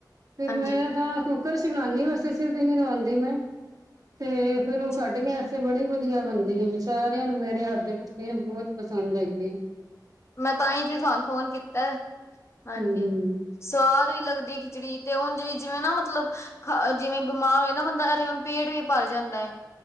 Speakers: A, on the right; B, on the left.
A: ਫਿਰ
B: ਹਾਂਜੀ
A: ਮੈਂ ਤਾਂ ਕੁੱਕਰ 'ਚ ਈ ਬਣਾਈ ਆ ਮੈਂ ਵੈਸੇ, ਸਿਟੀ ਨੀ ਲਵਾਂਦੀ ਮੈਂ, ਤੇ ਫੇਰ
B: ਅੱਛਾ
A: ਓ ਕੱਟ ਗੈਸ ਤੇ ਫੇਰ, ਬੜੀ ਵਧੀਆ ਬਣਦੀ ਆ। ਸਾਰਿਆਂ ਨੂੰ ਮੇਰੇ ਹੱਥ ਦੀ <unintelligible> ਪਸੰਦ ਹੈਗੀ ਐ।
B: ਮੈਂ ਤਾਂਈ ਤੇ ਤੁਹਾਨੂੰ ਫੋਨ ਕੀਤਾ, ਹਾਂਜੀ।
A: ਹਮ
B: ਸਵਾਦ ਵੀ ਲੱਗਦੀ ਏ ਖਿਚੜੀ, ਤੇ ਉਂਜ ਵੀ ਜਿਵੇਂ ਨਾ ਮਤਲਬ ਖ ਜਿਵੇਂ ਬਿਮਾਰ ਹੋਏ ਨਾ ਬੰਦਾ, ਇਹਦੇ ਨਾਲ ਪੇਟ ਵੀ ਭਰ ਜਾਂਦਾ ਏ।